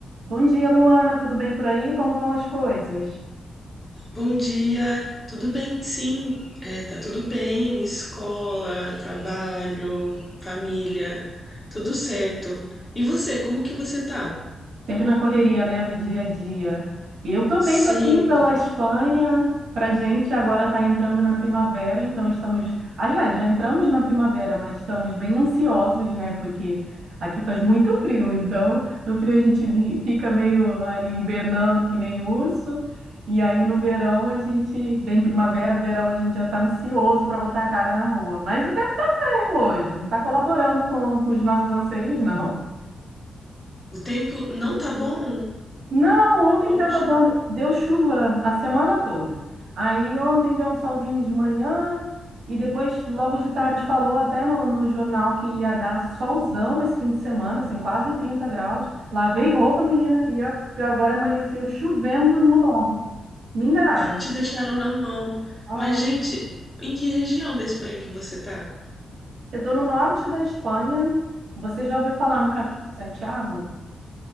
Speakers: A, on the right (about 75°); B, on the left (about 20°).
A: Bom dia, Luana. Tudo bem por aí? Como vão as coisas?
B: Bom dia, tudo bem? Sim, é, tá tudo bem. Escola, trabalho, família, tudo certo. E você, como que você tá?
A: Sempre na correria, né, do dia a dia. E Eu também estou
B: Sempre.
A: aqui pela Espanha. Para gente agora está entrando na primavera, então estamos, aliás, já entramos na primavera, mas estamos bem ansiosos, né? Porque aqui faz muito frio, então no frio a gente vi- fica meio ali hibernando que nem urso. E aí no verão a gente, bem primavera, verão a gente já está ansioso para botar a cara na rua. Mas o tempo está feio hoje, não está colaborando com, com os nossos anseios, não.
B: O tempo não tá bom
A: Não, ontem
B: hoje?
A: estava dando, deu chuva a semana toda. Aí ontem deu um solzinho de manhã e depois, logo de tarde, falou até no, no jornal que ia dar solzão esse fim de semana, assim, quase 30 graus. Lavei roupa, menina, e a- agora amanheceu chovendo e nublado. Me enganaram.
B: Te deixaram na mão.
A: Ah,
B: Mas, gente, em que região da Espanha que você tá?
A: eu estou no norte da Espanha. Você já ouviu falar no Caminho de Santiago?